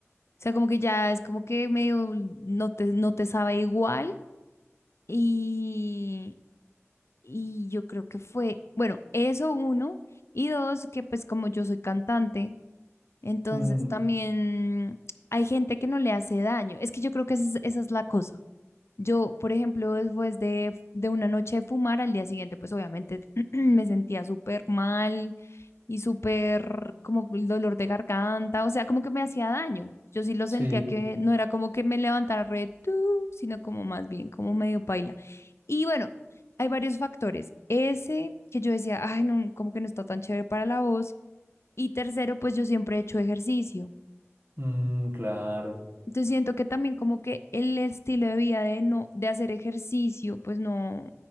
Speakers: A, on the left (about 60°); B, on the right (about 45°).
A: sea, como que ya es como que medio no te, no te sabe igual y, y yo creo que fue, bueno, eso uno y dos, que pues como yo soy cantante, entonces
B: Mm,
A: también hay gente que no le hace daño, es que yo creo que esa es, esa es la cosa. Yo, por ejemplo, después de, de una noche de fumar, al día siguiente, pues obviamente <clears throat> me sentía súper mal y súper como el dolor de garganta, o sea, como que me hacía daño. Yo sí lo sentía
B: sí.
A: que no era como que me levantara re tú, sino como más bien, como medio paila. Y bueno, hay varios factores. Ese que yo decía, ay, no, como que no está tan chévere para la voz. Y tercero, pues yo siempre he hecho ejercicio.
B: Mm, claro,
A: Entonces siento que también como que el estilo de vida de no, de hacer ejercicio, pues no,